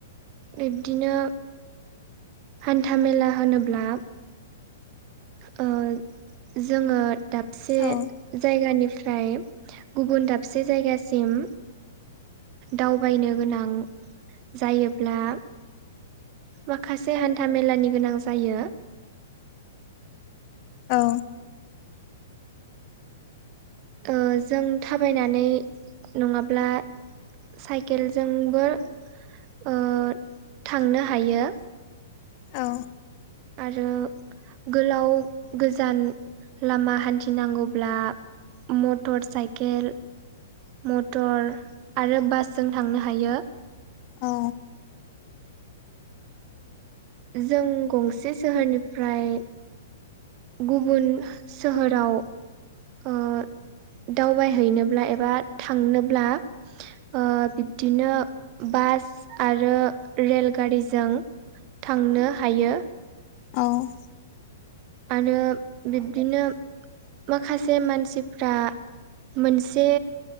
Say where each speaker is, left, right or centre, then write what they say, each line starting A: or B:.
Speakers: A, on the right; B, on the left.
A: बिब्दिनो हान्थामेला होनोब्ला ओ जोङो दाबसे
B: औ
A: जायगानिफ्राय गुबुन दाबसे जायगासिम दावबायनो गोनां जायोब्ला माखासे हान्था मेलानि गोनां जायो।
B: औ
A: ओ जों थाबायनानै नङाब्ला साइकेलजोंबो ओ थांनो हायो।
B: औ
A: आरो गोलाव गोजान लामा हान्थिनांगौब्ला मटर साइकेल मटर आरो बासजों थांनो हायो।
B: औ
A: जों गंसे सोहोरनिफ्राय गुबुन सोहोराव ओ दावबायहैनोब्ला एबा थांनोब्ला ओ बिब्दिनो बा स आरो रेलगारिजों थांनो हायो।
B: औ।
A: आरो बिब्दिनो माखासे मानसिफ्रा मोनसे